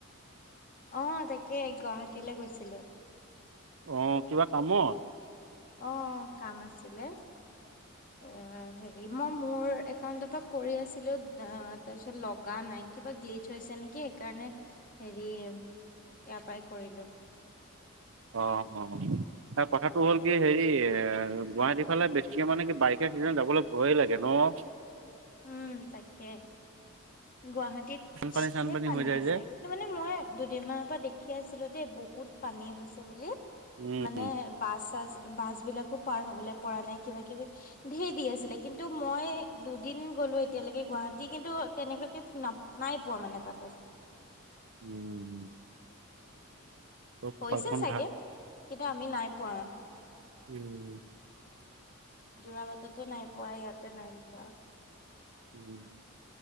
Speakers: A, on the left; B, on the right.
A: অঁ তাকে গুৱাহাটীলে গৈছিলো।
B: অঁ কিবা কামত?
A: অঁ অঁ, কাম আছিলে। এ হেৰী' এই মই মোৰ একাউণ্টৰ পৰা কৰি আছিলো অ' তাৰপিছত লগা নাই কিবা গ্লিটচ হৈছে নেকি। সেইকাৰণে হেৰি ইয়াৰ পৰাই কৰিলো।
B: অ' অ অ। অ কথাটো হ'ল কি হেৰি এ গুৱাহাটী ফালে বেছিকে মানে কি বাৰিষা কেইদিনত যাবলে ভয়ে লাগে ন'।
A: উম তাকে গুৱাহাটীত
B: বানপানী চানপানী
A: ধেই পানী
B: হৈ যায়
A: হৈছে।
B: যে।
A: কিন্তু মানে মই দুদিনমানৰ পৰা দেখি আছিলো দেই বহুত পানী হৈছে বুলি!
B: উম।
A: মানে বাছ-চাছ বাছ বিলাকো পাৰ হবলে পৰা নাই কিবা কিবি। ধেই দি আছিলে কিন্তু মই দু- দিন গ'লো এতিয়ালৈকে গুৱাহাটী কিন্তু তেনেকুৱাকে নাপ নাই পোৱা মানে বাটত।
B: হু হু হু। কপালখন
A: হৈছে চাগে
B: ভাল।
A: কিন্তু আমি নাই পোৱা।
B: উম উম।
A: যোৰাবাটতো নাই পোৱা ইয়াতো নাই পোৱা।
B: ওম,